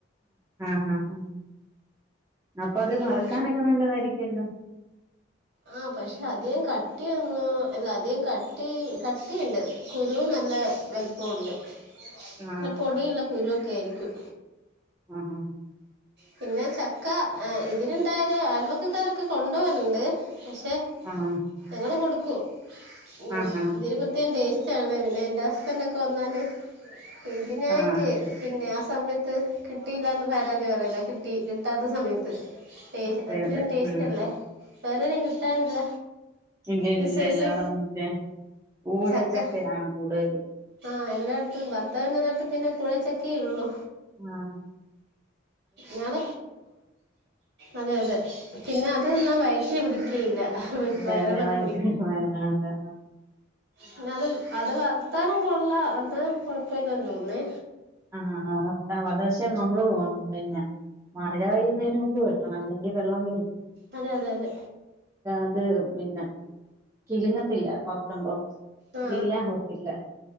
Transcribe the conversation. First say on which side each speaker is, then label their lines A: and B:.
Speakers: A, on the right (about 15°); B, on the right (about 55°).
A: ആഹ് ആഹ്. അപ്പൊ അത്
B: പിന്നെ
A: വറക്കാനൊക്കെ നല്ലതായിരിക്കുവല്ലോ?
B: ആ പക്ഷെ അധികം കട്ടിയ ഒന്നു അല്ല അധികം കട്ടി കട്ടിയുണ്ട് കുരുവും നല്ല വലുപ്പം ഉണ്ട്.
A: ആഹ്
B: നല്ല പൊടിയുള്ള കുരുവൊക്കെ ആയിരിക്കും.
A: ആഹ്
B: പിന്നെ ചക്ക ഇതിലുണ്ടായാല് ആൽവക്കക്കാരൊക്കെ കൊണ്ട് പോകലുണ്ട്. പക്ഷെ
A: ആഹ്
B: നിങ്ങള് കൊടുക്ക് ക്കൊ ഓ
A: ആഹ് ആഹ്
B: ഇതിന് പ്രത്യേകം ടേസ്റ്റ് ച്ചയാണ് പിന്നെ എന്റെ ഹസ്ബൻറ് ഒക്കെ വന്നാല്. ഇതിനായിട്ട്
A: ആഹ്
B: പിന്നെ ക ആ സമയത്ത്. ത് കിട്ടിയില്ലാ എന്ന് പരാതി പറയല്ലേ. കിട്ടി കിട്ടാത്ത സമയത്ത്. ടേസ്
A: അതെ
B: അത്രയും
A: അതെ
B: ടേസ്റ്റ്
A: ഉം
B: അല്ലേ. വേറെ ആരെ കിട്ടാനില്ല.
A: ഇല്ലില്ല
B: ഈ സൈസ്
A: എല്ലാട മറ്റേ ഊഴച്ചക്കയാണ്
B: ചക്ക
A: കൂടുതല്
B: ആഹ് എല്ലായിടത്തും ബത്തവന നട്ട് പിന്നെ കുഴച്ചക്കേ ഉള്ളു
A: ആഹ
B: ഞാന അതെ അതെ പിന്നെ അത്ന്നാ വ പി പിടിക്കുകയില്ല
A: അതെ
B: വയറിളക്കം
A: അതെ വൈദ്യ വേദ് ന അതെ
B: പിന്ന അത് അത് വർത്താനും കൊള്ള അന്താ കൊഴപ്പില്ല തോന്നേ
A: ആഹ ആ വ പക്ഷെ നമ്മൾ പിന്നെ മഴ പെയ്യുന്നതിന് മുമ്പ് വെട്ടണം അല്ലെങ്കിൽ വെള്ളം ക
B: അതെ അതെ അതെ
A: അത് പിന്നെ കിഴിങ്ങത്തില്ല ഓർക്കുമ്പോ
B: ആ
A: കിലുകിലാ ഇല്ല